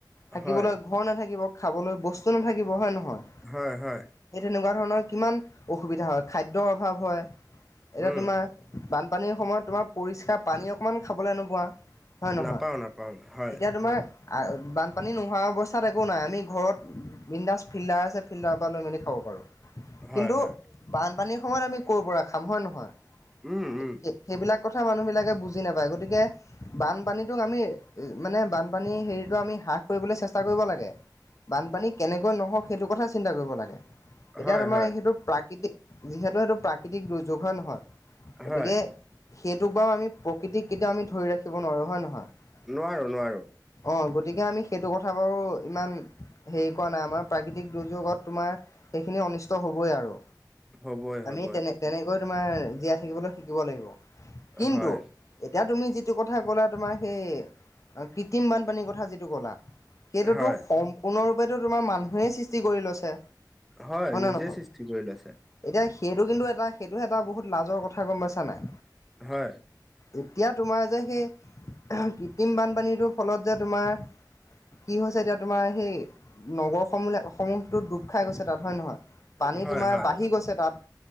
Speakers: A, on the left; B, in the centre.
A: থাকিবলৈ
B: হয়
A: ঘৰ নাথাকিব, খাবলৈ বস্তু নাথাকিব হয় নহয়?
B: হয়-হয়।
A: এই তেনেকুৱা ধৰণৰ কিমান অসুবিধা হয় খাদ্যৰ অভাৱ হয়, এতিয়া
B: উম
A: তোমাৰ বানপানীৰ সময়ত তোমাৰ পৰিস্কাৰ পানী অকমানো খাবলৈ নোপোৱা। হয় নহয়?
B: নাপাওঁ নাপাওঁ হয়
A: এতিয়া তোমাৰ আ বান পানী নোহোৱা অৱস্থাত একো নাই আমি ঘৰত, বিণ্ডাছ ফিল্ডাৰ আছে ফিল্ডাৰৰ পৰা লৈ মেলি খাব পাৰোঁ।
B: হয়
A: কিন্তু
B: হয়
A: বানপানীৰ সময়ত আমি ক'ৰ পৰা খাম হয় নহয়? <inaudible>
B: উম উম
A: সেইবিলাক কথা মানুহবিলাকে বুজি নাপায় গতিকে বানপানীটোক আমি মানে বানপানীৰ হেৰিতো আমি হ্ৰাস কৰিবলৈ চেষ্টা কৰিব লাগে, বানপানী কেনেকৈ নহওক সেইটো কথা চিন্তা কৰিব লাগে। এতিয়া
B: হয়
A: তোমাৰ
B: হয়
A: সেইটো প্ৰাকৃতিক যিহেতু সেইটো প্ৰাকৃতিক দুৰ্যোগ হয় নহয়। গতিকে,
B: হয়
A: সেইটোক বাৰু আমি প্ৰকৃতিক কেতিয়াও আমি ধৰি ৰাখিব নোৱাৰো হয় নহয়?
B: নোৱাৰো-নোৱাৰো।
A: অঁ! গতিকে আমি সেইটো কথা বাৰু ইমান, হেৰি কৰা নাই আমাৰ প্ৰাকৃতিক দুৰ্যোগত তোমাৰ সেইখিনি অনিষ্ট হবই আৰু।
B: হ'বই হ'বই
A: আমি তেনে তেনেকৈ তোমাৰ জীয়াই থাকিবলৈ শিকিব লাগিব। কিন্তু
B: হয়
A: এতিয়া তুমি যিটো কথা ক'লা তোমাৰ সেই, কৃত্ৰিম বানপানীৰ কথা যিটো ক'লা। সেইটোতো
B: হয়
A: সম্পূৰ্ণৰূপেতো তোমাৰ মানুহেই সৃষ্টি কৰি লৈছে।
B: হয়,
A: নে
B: নিজে
A: নহয়
B: সৃষ্টি কৰি লৈছে।
A: এতিয়া সেইটো কিন্তু এটা সেইটো এটা বহুত লাজৰ কথা গম পাইছা নাই?
B: হয়।
A: এতিয়া তোমাৰ যে সেই <unintelligible> কৃত্ৰিম বানপানীটোৰ ফলত যে তোমাৰ কি হৈছে এতিয়া তোমাৰ সেই, নগৰসমূহ লাক সমূহ টো ডুব খাই গৈছে তাত হয় নহয়, পানী
B: হয়
A: তোমাৰ
B: হয়
A: বাঢ়ি গৈছে তাত,